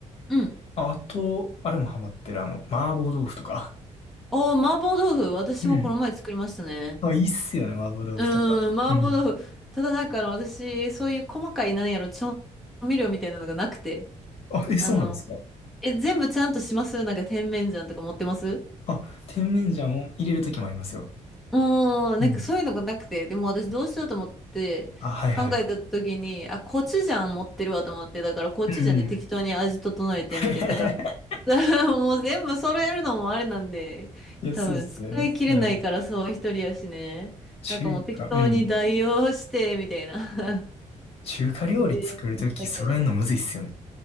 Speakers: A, in the centre; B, on the left (about 50°).
A: うん。
B: あと、あれもハマってる、あの、麻婆豆腐とか。
A: おー、麻婆豆腐。私もこの前作りましたね。
B: うん。<laughs> あ、いいっすよね、麻婆豆腐とか。
A: うーん、麻婆豆腐。
B: うん。
A: ただなんかあの、私、そういう細かい、なんやろ、調味料みたいなのがなくて。
B: あ、え、そうなんですか
A: あの、え、全部ちゃんとしますなんか甜麺醤とか持ってます
B: あ、甜麺醤を入れるときもありますよ。
A: うん、
B: うん。
A: なんかそういうのがなくて、でも私どうしようと思って考えた時に、
B: あ、はいはい。
A: あ、コチュジャン持ってるわと思って、だからコチュジャンで適当に味整えてみて、
B: うん。<laughs>
A: だから <laughs> もう全部揃えるのもあれなんで、
B: いや、
A: 多分使い切れないからそう一人やしね。
B: そうっすよね。うん。中華、
A: なんかもう適当に代用してみたいな
B: うん。
A: <laughs>
B: 中華料理作るとき揃えるのむずいっすよね。
A: でやりましたけど。